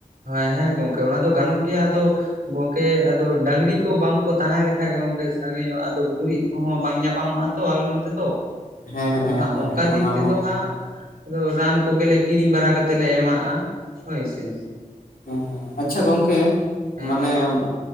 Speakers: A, on the right (about 85°); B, on the left (about 80°).
A: ᱦᱮᱸ ᱦᱮᱸ ᱜᱚᱝᱠᱮ ᱚᱱᱟ ᱫᱚ ᱜᱟᱱᱚᱜ ᱜᱮᱭᱟ ᱟᱫᱚ ᱜᱚᱝᱠᱮ ᱟᱫᱚ ᱰᱟᱝᱨᱤ ᱠᱚ ᱵᱟᱝ ᱠᱚ ᱛᱟᱦᱮᱸ ᱞᱮᱠᱷᱟᱡ ᱜᱚᱝᱠᱮ ᱥᱟᱸᱜᱤᱧᱚᱜᱼᱟ ᱟᱫᱚ ᱜᱩᱨᱤᱡ ᱠᱚᱦᱚᱸ ᱵᱟᱝ ᱧᱟᱯᱟᱢᱚᱜᱼᱟ ᱛᱚ ᱟᱞᱮ ᱱᱚᱛᱮ ᱫᱚ
B: ᱦᱮᱸ
A: ᱟᱫᱚ
B: ᱦᱮᱸ
A: ᱦᱟᱸᱜ
B: ᱦᱮᱸ
A: ᱚᱱᱠᱟ
B: ᱚᱱᱟ
A: ᱫᱤᱠ ᱛᱮᱫᱚ
B: ᱦᱚᱸ
A: ᱦᱟᱸᱜ ᱟᱫᱚ ᱨᱟᱱ ᱠᱚᱜᱮᱞᱮ ᱠᱤᱨᱤᱧ ᱵᱟᱲᱟ ᱠᱟᱛᱮᱜ ᱞᱮ ᱮᱢᱟᱜᱼᱟ ᱦᱳᱭ ᱥᱮ
B: ᱦᱮᱸ ᱟᱪᱪᱷᱟ ᱜᱚᱝᱠᱮ
A: ᱦᱮᱸ
B: ᱢᱟᱱᱮ
A: ᱢᱟ ᱞᱟᱹᱭ ᱵᱤᱱ